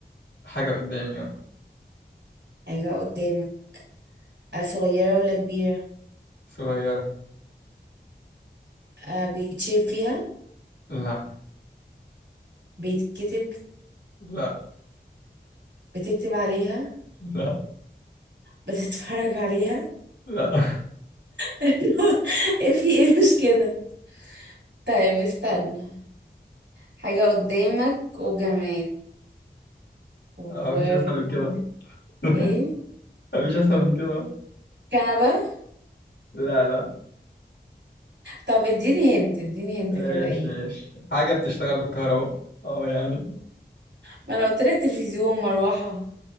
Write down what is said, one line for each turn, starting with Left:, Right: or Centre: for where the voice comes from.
Left: حاجة قدامي اه
Right: حاجة قدامك آه صغيرة ولا كبيرة
Left: صغيرة
Right: آه بيتشير فيها
Left: لا
Right: بيتكتب
Left: لا
Right: بتكتب عليها
Left: لا
Right: بتتفرج عليها
Left: لا <laughs>
Right: <laughs> إيه في ايه مش كده طيب استنى حاجة قدامك وجماد وبيكون
Left: مفيش اسهل من كده <laughs>
Right: ايه
Left: مفيش اسهل من كده
Right: كنبة
Left: لا لا
Right: طب اديني هنت اديني هنت
Left: ايش
Right: كده ايه
Left: ايش حاجه بتشتغل بالكهرباء اه يعني
Right: ما انا قلت لك تلفزيون مروحة